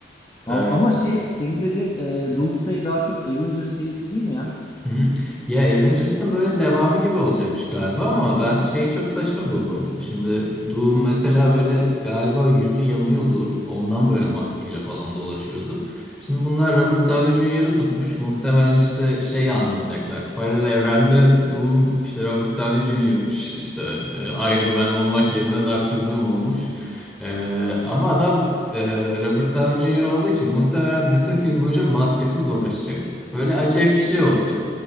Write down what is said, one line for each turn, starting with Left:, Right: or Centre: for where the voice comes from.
Left: Ama,
Centre: Ee,
Left: ama şey senin dediğin e, Doomsday daha çok Avengers serisi değil mi ya?
Centre: Hı Ya Avengers'ın böyle devamı gibi olacakmış galiba ama ben şeyi çok saçma buldum. Şimdi Doom mesela böyle galiba yüzü yanıyordu. Ondan böyle maskeyle falan dolaşıyordu. Şimdi bunlar Robert Downey Jr.'ı tutmuş. Muhtemelen işte şeyi anlatacaklar. Paralel evrende Doom işte Robert Downey Jr.'mış. İşte e, Iron Man olmak yerine Doctor Doom olmuş. E, ama adam e, Robert Downey Jr. olduğu için muhtemelen bütün film boyunca maskesiz dolaşacak. Böyle acayip bir şey olacak.